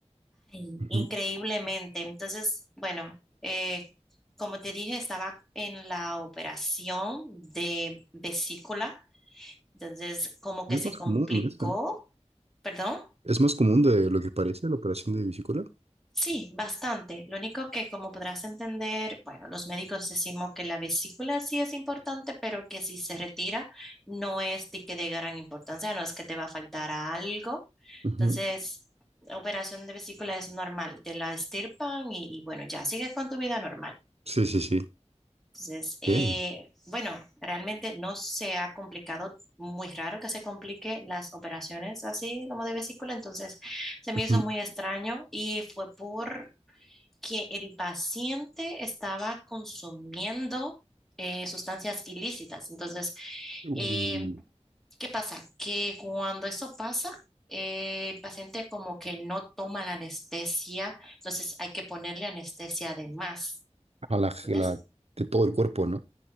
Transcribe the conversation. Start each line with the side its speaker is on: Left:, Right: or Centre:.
Centre: Ay,
Right: Ujú.
Centre: increíblemente. Entonces, bueno, eh, como te dije, estaba en la operación de vesícula. Entonces, como que
Right: Y es
Centre: se
Right: más común,
Centre: complicó,
Right: es,
Centre: perdón.
Right: es más común de lo que parece la operación de vesícula.
Centre: Sí, bastante. Lo único que, como podrás entender, bueno, los médicos decimos que la vesícula sí es importante, pero que si se retira no es de que de gran importancia, no es que te va a faltar algo.
Right: Ujú.
Centre: Entonces, la operación de vesícula es normal, te la extirpan y, y bueno, ya sigues con tu vida normal.
Right: Sí, sí, sí.
Centre: Entonces, eh,
Right: Bien.
Centre: bueno, realmente no se ha complicado, muy raro que se complique las operaciones así como de vesícula, entonces se me
Right: Ujú.
Centre: hizo muy extraño y fue por que el paciente estaba consumiendo eh, sustancias ilícitas. Entonces,
Right: Uh,
Centre: eh, ¿qué pasa? Que cuando eso pasa, eh, el paciente como que no toma la anestesia, entonces hay que ponerle anestesia además,
Right: a la,
Centre: ¿entiendes?
Right: la- de todo el cuerpo, ¿no?